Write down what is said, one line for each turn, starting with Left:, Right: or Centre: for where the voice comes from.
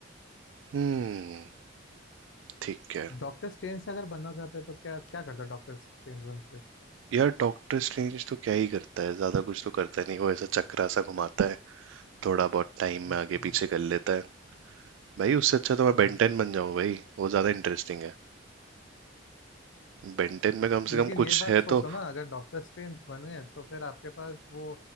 Right: हम्म ठीक है
Left: डॉक्टर स्ट्रेंज से अगर बनना चाहते हैं तो क्या क्या करता डॉक्टर स्ट्रेंज बन के
Right: यार डॉक्टर स्ट्रेंज तो क्या ही करता है ज्यादा कुछ तो करता नहीं वो ऐसा चक्रा सा घुमाता है थोड़ा बहुत टाइम
Left: हम्म
Right: में आगे पीछे कर लेता है भाई उससे अच्छा तो मैं
Left: हम्म,
Right: बेंटेन बन जाऊं भाई वो ज्यादा इंटरेस्टिंग है बेंटेन में कम से
Left: लेकिन
Right: कम कुछ
Left: ये बात
Right: है
Left: सोचो
Right: तो
Left: ना अगर डॉक्टर स्ट्रेंज बने तो फिर आपके पास वो